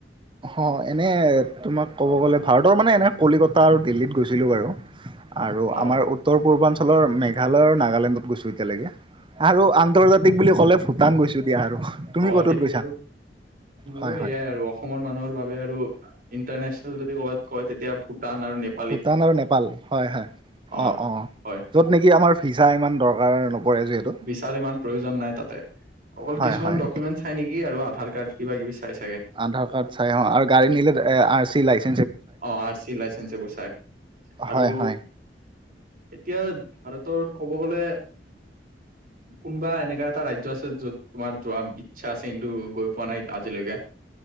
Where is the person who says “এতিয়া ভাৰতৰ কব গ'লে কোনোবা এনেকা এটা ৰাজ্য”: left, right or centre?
Right